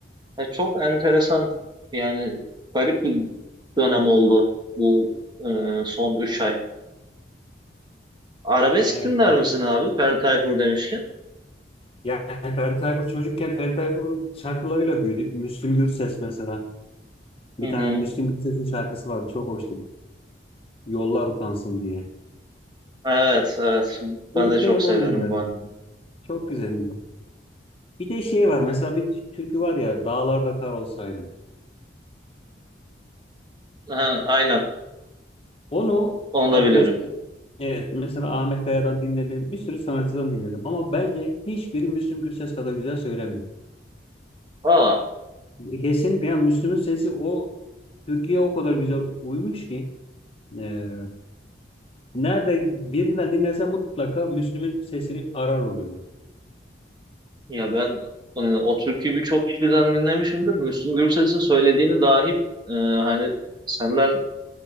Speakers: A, on the right; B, on the left.
A: Ya çok enteresan yani garip bir dönem oldu bu e, son 3 ay. Arabesk
B: Evet.
A: dinler misin abi? Ferdi Tayfur demişken.
B: Yani Ferdi Tayfur çocukken Ferdi Tayfur'un şarkılarıyla büyüdük. Müslüm Gürses mesela. Bir
A: Hı hı.
B: tane Müslüm Gürses'in şarkısı vardı. Çok hoştu. Yollar utansın diye.
A: Evet evet ben
B: Çocukken
A: de çok
B: hep
A: severim
B: onu dinlerdim.
A: var.
B: ben. Çok güzeldi. Bir de şey var. Mesela bir türkü var ya. Dağlarda kar olsaydım.
A: Ha, aynen
B: Onu
A: onu
B: bak
A: da bilirim.
B: mesela evet mesela Ahmet Kaya'dan dinledim. Bir sürü sanatçıdan dinledim. Ama bence hiçbiri Müslüm Gürses kadar güzel söylemiyor.
A: Aa
B: E, Kesinlikle yani Müslüm'ün sesi o Türkiye'ye o kadar güzel uymuş ki. Ee, Nerede birinden dinlesem mutlaka Müslüm'ün sesini arar oluyorum.
A: ya ben e, o türküyü birçok kişiden dinlemişimdir. Müslüm Gürses'in söylediğini dahi e, hani senden